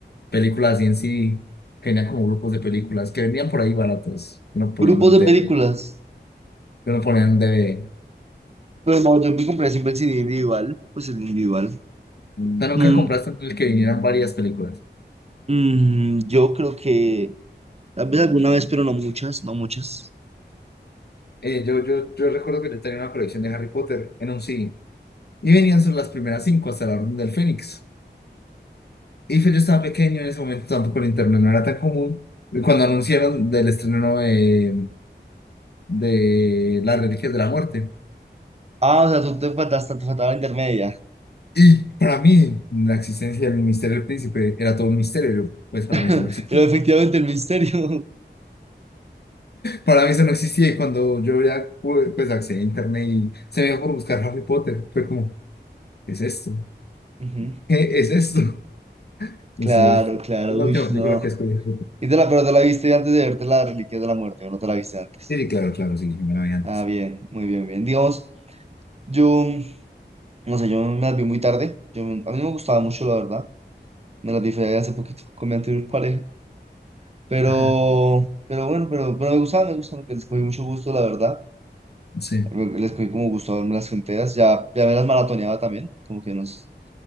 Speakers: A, on the left; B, on the right.
A: películas así en sí, que venían como grupos de películas, que vendían por ahí baratos, uno
B: grupos
A: ponía en
B: de películas,
A: un DVD, uno ponía en un DVD.
B: pero no, yo me compré siempre el CD individual, pues el individual.
A: O sea, nunca
B: Como
A: compraste el que vinieran varias películas.
B: un- mm, yo creo que, tal vez alguna vez, pero no muchas, no muchas.
A: Eh, yo, yo, yo recuerdo que yo tenía una colección de Harry Potter en un CD. Y venían sobre las primeras cinco hasta la Orden del Fénix. Y pues yo estaba pequeño en ese momento, tampoco el internet no era tan común. Y cuando anunciaron del estreno de, de Las Reliquias de la Muerte.
B: Ah, o sea, tú te faltaste, te faltaba la intermedia.
A: Y para mí, la existencia del misterio del príncipe era todo un misterio. Yo, pues para
B: <laughs>
A: mí eso no existía.
B: Pero efectivamente el misterio.
A: Para mí eso no existía. Y cuando yo ya pude, pues accedí a internet y se me dio por buscar Harry Potter, fue como, ¿Qué es esto?
B: <laughs> Ujú,
A: <laughs> ¿Qué es esto? Y
B: Claro,
A: sí, es
B: claro,
A: la
B: uy,
A: última película
B: no.
A: que escogí. Sí,
B: Y te la, pero te la viste antes de verte la Reliquia de la Muerte, o no te la viste antes.
A: sí, claro, claro, sí, yo me la vi antes.
B: Ah, bien, muy bien, bien. Digamos, yo, mm, no sé, yo me las vi muy tarde. Yo, a mí me gustaba mucho, la verdad. Me las vi fue hace poquito con mi anterior pareja. Pero,
A: Ajá,
B: pero bueno, pero, pero me gustaba, me gustaba, les cogí mucho gusto, la verdad.
A: sí.
B: Les cogí como gusto a verme las enteras. Ya, ya me las maratoneaba también, como que nos,